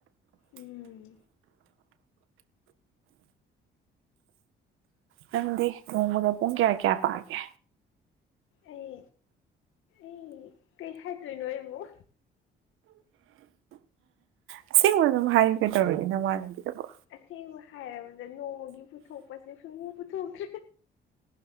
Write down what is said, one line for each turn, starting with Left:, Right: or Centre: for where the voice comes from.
Left: ꯎꯝ
Right: ꯅꯪꯗꯤ ꯅꯣꯡꯃꯗ ꯄꯨꯡ ꯀꯌꯥ ꯀꯌꯥ ꯄꯥꯒꯦ
Left: ꯑꯩ ꯑꯩ ꯀꯩ ꯍꯥꯢꯗꯣꯢꯅꯣ ꯑꯩꯕꯨꯨ꯫
Right: ꯑꯁꯦꯡꯕ ꯑꯗꯨꯝ ꯍꯥꯢꯌꯨ ꯀꯩꯗꯧꯔꯒꯦ ꯅꯃꯥꯟꯕꯤꯗꯕꯣ꯫
Left: ꯑꯁꯦꯡꯕ ꯍꯥꯢꯔꯕꯗ ꯅꯣꯡꯃꯒꯤ ꯄꯨꯊꯣꯛꯄꯁꯦ ꯁꯨꯡꯄꯨ ꯄꯨꯊꯣꯛꯇ꯭ꯔꯦ꯫